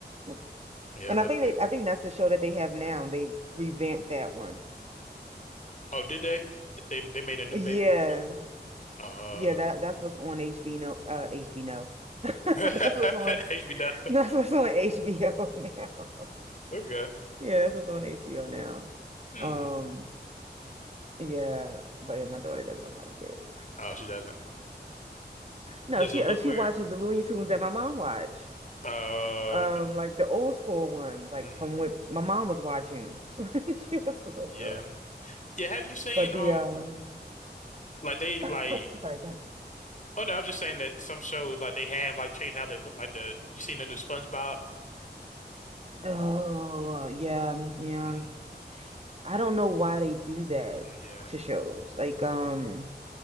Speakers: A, on the right; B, on the left.
A: <laughs>
B: yeah,
A: And
B: I like
A: I think
B: the baby.
A: they, I think that's the show that they have now. They revamped that one.
B: Oh, did they? They they made a new
A: Yeah,
B: baby Looney Tunes? Uh,
A: yeah. That that's what's on HBO. Uh, HBO.
B: <laughs>
A: <laughs> That's what's on.
B: HB Dove. <laughs>
A: That's what's on HBO <laughs> now.
B: Okay.
A: Yeah, that's what's on HBO now.
B: Hmm.
A: Um, yeah, but yeah, my daughter doesn't like it.
B: Oh, she doesn't.
A: No,
B: Does
A: she
B: it look
A: uh, she
B: weird?
A: watches the Looney Tunes that my mom watched.
B: Uh,
A: Um,
B: okay.
A: like the old school ones, like
B: hmm
A: from what my mom was watching. <laughs> She was a little
B: Yeah.
A: girl.
B: Yeah. Have you seen
A: But the
B: um
A: um,
B: like they like?
A: <laughs> sorry, go ahead.
B: Oh no, I was just saying that some shows like they have like changed how they look. Like the you seen the new SpongeBob?
A: Oh, yeah, yeah.
B: mm
A: I don't know why they do that
B: Yeah.
A: to shows. Like, um,